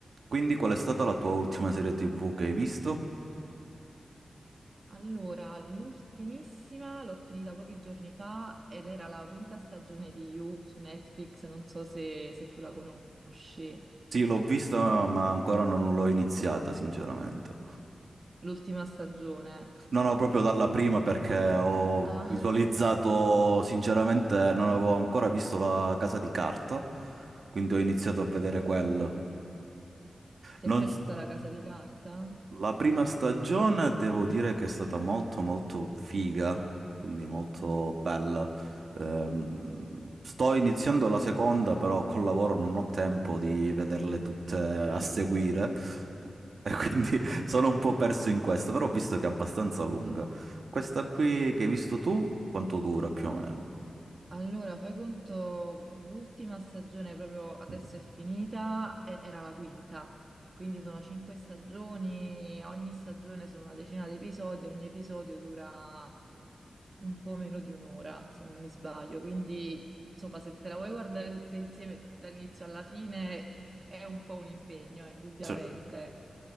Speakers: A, on the right; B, on the right.
A: Quindi qual è stata la tua ultima serie TV che hai visto?
B: Allora, l'ultimissima l'ho finita pochi giorni fa ed era la quinta stagione di You su Netflix, non so se, se tu la conosci,
A: Sì, l'ho vista, ma ancora non l'ho iniziata, sinceramente.
B: l'ultima stagione.
A: Non ho proprio dalla prima perché ho
B: Ah,
A: visualizzato, sinceramente, non avevo ancora visto La Casa di Carta, quindi ho iniziato a vedere
B: ah,
A: quello.
B: ti
A: Non,
B: è piaciuta La Casa di Carta?
A: La prima stagione devo dire che è stata molto molto figa, quindi molto
B: Mm.
A: bella. Ehm, sto iniziando la seconda, però col lavoro non ho tempo di vederle tutte a seguire e quindi <laughs> sono un po' perso in questo, però ho visto che è abbastanza lunga. Questa qui che hai visto tu, quanto dura più o meno?
B: Allora, fai conto, l'ultima stagione proprio adesso
A: Mm,
B: è finita, e- era la quinta, quindi sono cinque stagioni, ogni stagione sono una decina di episodi, ogni episodio dura... un po' meno di un'ora, se non mi sbaglio. Quindi, insomma, se te la vuoi guardare tutte insieme dall'inizio alla fine è un po' un impegno, eh, indubbiamente.
A: sì.